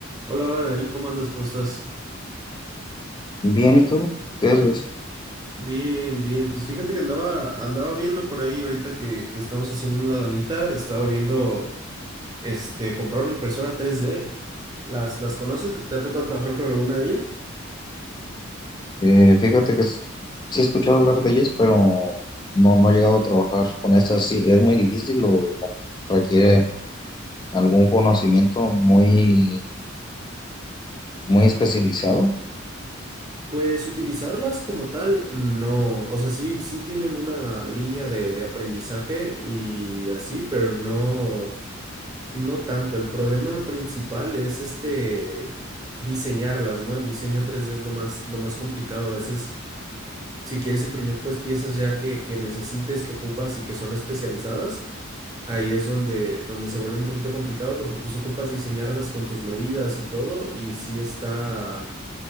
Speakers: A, on the right; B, on the left.
A: Hola, hola, Nadine, ¿cómo andas? ¿Cómo estás?
B: Bien, ¿y tú? ¿Qué haces?
A: Bien, bien. Pues fíjate que andaba, andaba viendo por ahí ahorita que, que estamos haciendo una lanita, estaba viendo, este, comprar una impresora tres d ¿Las, las conoces? ¿Te ha tocado trabajar con alguna de ellas?
B: Eh, fíjate que s- sí he escuchado hablar de ellas, pero no, no he llegado a trabajar con estas. Sí, es muy difícil o requiere algún conocimiento muy, muy especializado.
A: Pues utilizarlas como tal, no. O sea, sí, sí tienen una línea de, de aprendizaje y así, pero no, no tanto. El problema principal es este diseñarlas, ¿no? El diseño tres d es lo más, lo más complicado. A veces Si quieres imprimir pues piezas ya que, que necesites, que ocupas y que son especializadas, ahí es donde, donde se vuelve un poquito complicado porque pues ocupas diseñarlas con tus medidas y todo y sí está,